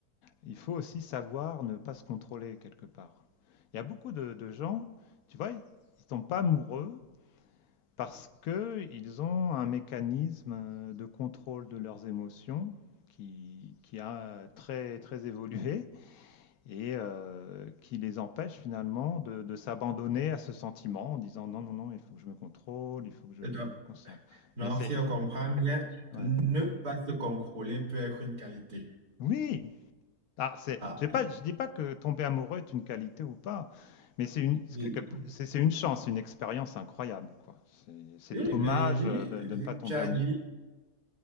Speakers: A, on the left; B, on the right.
A: Il faut aussi savoir ne pas se contrôler quelque part. Il y a beaucoup de, de gens, tu vois, ils ne tombent pas amoureux parce qu'ils ont un mécanisme euh, de contrôle de leurs émotions qui, qui a très, très évolué et euh, qui les empêche finalement de, de s'abandonner à ce sentiment en disant non, non, non, il faut que je me contrôle, il faut que je
B: Et
A: me
B: Donc,
A: concentre.
B: donc,
A: Mais c'est...
B: si on comprend bien,
A: ouais.
B: ne pas se contrôler peut être une qualité.
A: Oui! Ah, c'est,
B: Ah,
A: j'ai pas, je dis pas que tomber amoureux est une qualité ou pas, mais c'est une, c'est
B: je-
A: quelque- c'est- c'est une chance, une expérience incroyable, quoi. C'est c'est
B: oui,
A: dommage
B: mais j'ai dit,
A: euh, de,
B: vu
A: de ne pas tomber
B: que tu as
A: amoureux.
B: dit